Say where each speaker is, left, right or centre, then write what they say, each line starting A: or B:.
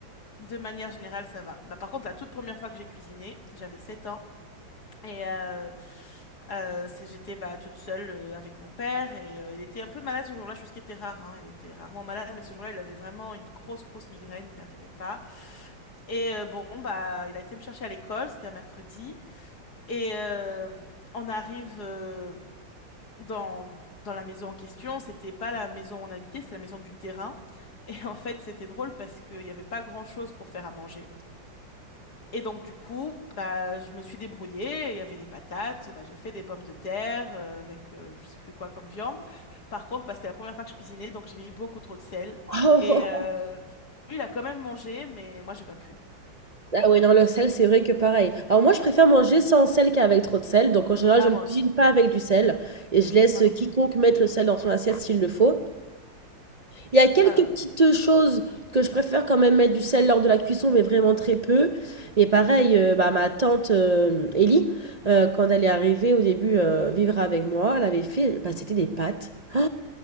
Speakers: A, on the left (about 55°); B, on the right (about 75°).
A: de manière générale, ça va. Bah, par contre, la toute première fois que j'ai cuisiné, j'avais 7 ans. Et euh, euh, c'est- j'étais bah, toute seule euh, avec mon père et euh, il était un peu malade ce jour-là, chose qui était rare. hein. Il était rarement malade, mais ce jour-là, il avait vraiment une grosse, grosse migraine. Il n'arrivait pas. Et euh, bon, bah, il a été me chercher à l'école. C'était un mercredi. Et euh, on arrive euh, dans, dans la maison en question. C'était pas la maison où on habitait, c'était la maison du terrain. Et en fait, c'était drôle parce qu'il n'y avait pas grand-chose pour faire à manger. Et donc, du coup, bah, je me suis débrouillée. Il y avait des patates, bah, j'ai fait des pommes de terre euh, avec euh, je sais plus quoi comme viande. Par contre, bah, c'était la première fois que je cuisinais, donc j'ai mis beaucoup trop de sel.
B: <laughs>
A: Et euh, lui, il a quand même mangé, mais moi, j'ai pas pu.
B: Ah oui, non, le sel, c'est vrai que pareil. Alors moi, je préfère manger sans sel qu'avec trop de sel. Donc en général,
A: Ah,
B: je ne
A: moi
B: cuisine
A: aussi.
B: pas avec du sel et je laisse
A: Moi non plus.
B: quiconque mettre le sel dans son assiette s'il le faut. Il y a quelques
A: Euh,
B: petites choses que je préfère quand même mettre du sel lors de la cuisson, mais vraiment très peu. Mais pareil, euh, bah, ma tante euh, Ellie, euh, quand elle est arrivée au début euh, vivre avec moi, elle avait fait, bah, c'était des pâtes. <gasps>